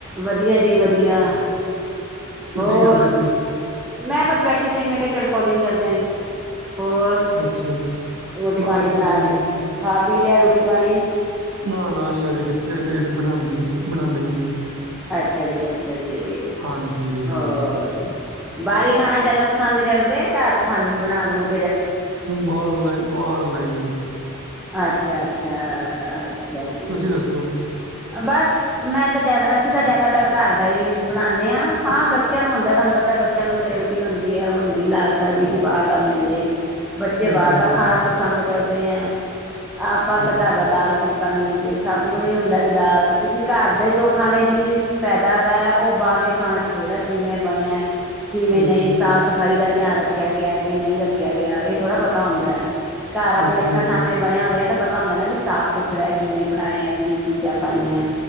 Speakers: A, in the centre; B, on the right.
A: ਵਧੀਆ ਜੀ ਵਧੀਆ।
B: ਤੁਸੀਂ
A: ਹੋਰ
B: ਕੀ ਕਰਦੇ ਸੀ
A: ਮੈਂ ਬਸ ਬੈਠੀ ਸੀ, ਮੈਂ ਕਿਹਾ ਚੱਲ ਕੋਲਿੰਗ ਕਰਦੀ ਆ। ਹੋਰ
B: ਅੱਛਾ, ਅੱਛਾ
A: ਰੋਟੀ
B: ਬਸ
A: ਪਾਣੀ ਬਣਾ
B: ਜੀ, ਬਸ
A: ਲ
B: ਕੁਝ ਨੀ।
A: ਖਾ ਪੀ ਲਿਆ ਰੋਟੀ ਪਾਨੀ?
B: ਨਾ, ਨਾ ਜੀ ਹਜੇ ਕਿੱਥੇ, ਲੇਟ ਬਣਾਦੀਆਂ ਬਣਾਂਦੇ ਜੀ।
A: ਅੱਛਾ ਜੀ, ਅੱਛਾ ਜੀ
B: ਹਾਂਜੀ ਹਾਂਜੀ
A: ਹੋਰ! ਬਾਹਰੀ ਖਾਣਾ ਜਿਆਦਾ ਪਸੰਦ ਕਰਦੇ, ਘਰ ਖਾਂਦੇ ਬਣਾ ਬਨੂੰ
B: ਬਾਹਰਲਾ, ਬਾਹਰਲਾਈ।
A: ਅੱਛਾ-ਅੱਛਾ, ਅੱਛਾ ਜੀ,
B: ਤੁਸੀਂ ਦੱਸੋ?
A: ਬਾਸ ਮੈਂ ਤਾਂ ਜਿਆਦਾ ਅਸੀਂ ਤਾਂ ਜਿਆਦਾਤਰ ਘਰ ਦਾ ਹੀ ਬਣਾਨੇਆ, ਹਾਂ ਬੱਚਿਆਂ ਨੂੰ ਹੁੰਦਾ ਤੁਹਾਨੂੰ ਪਤਾ ਬੱਚਿਆਂ ਨੂੰ ਗ੍ਰੇਵਿਟੀ ਹੁੰਦੀ ਆ, ਹੁੰਦੀ ਲਾਲਸਾ ਜੀ ਕਿ ਬਾਰ ਦਾ ਮਿਲ ਜੇ। ਬੱਚੇ ਬਾਰ
B: ਅੱਛਾ,
A: ਦਾ
B: ਅੱਛਾ,
A: ਖਾਣਾ ਪਸੰਦ ਕਰਦੇ ਐ, ਆਪਾਂ ਨੂੰ
B: ਅੱਛਾ,
A: ਤਾਂ ਘਰ ਦਾ ਦਾਲ, ਫੁਲਕਾ ਮਿਲ ਜੇ ਸਬ ਨੂੰ ਇਹੀ ਹੁੰਦਾ ਵੀ ਦਾਲ, ਕਿਉਂਕਿ ਘਰ ਦੇ ਜੋ ਖਾਣੇ ਦੀ ਫਾਇਦਾ ਵਾ, ਓ ਬਾਰਲੇ ਖਾਣੇ 'ਚ ਥੋੜ੍ਹਾ ਕਿਵੇਂ ਬਣਿਆ। ਕਿਵੇਂ ਨਈ,
B: ਅੱਛਾ,
A: ਸਾਫ਼-ਸਫ਼ਾਈ ਦਾ ਧਿਆਨ ਰੱਖਿਆ ਗਿਆ ਕਿ ਨਈ ਰੱਖਿਆ ਗਿਆ ਐ ਥੋੜ੍ਹਾ ਪਤਾ ਹੁੰਦਾ ਆ ਘਰ ਅਪਨੇ
B: ਅੱਛਾ।
A: ਅੱਖਾਂ ਸਾਹਮਣੇ ਬਣਿਆ ਹੁੰਦਾ ਆ ਤਾਂ ਪਤਾ ਹੁੰਦਾ ਨਾ ਵੀ ਸਾਫ਼-ਸੁਥਰਾ ਕਿਵੇਂ ਬਣਾਇਆ ਆ ਕੀ ਚੀਜ਼। ਚੀਜਾ ਪਾਈਆਂ